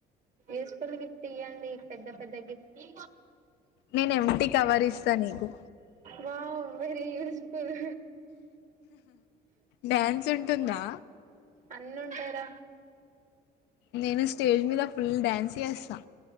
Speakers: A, on the right; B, on the left.
A: ఎస్. అసలు గిఫ్ట్ ఇయ్యండి పెద్ద పెద్ద గిఫ్ట్లి.
B: నేను ఎంటి కవర్ ఇస్తా నీకు
A: వావ్ వెరీ యూస్ఫుల్.
B: డ్యాన్స్ ఉంటుందా.
A: అన్న అంటార.
B: నేను స్టేజ్ మీద ఫుల్ డ్యాన్స్ చేస్తా.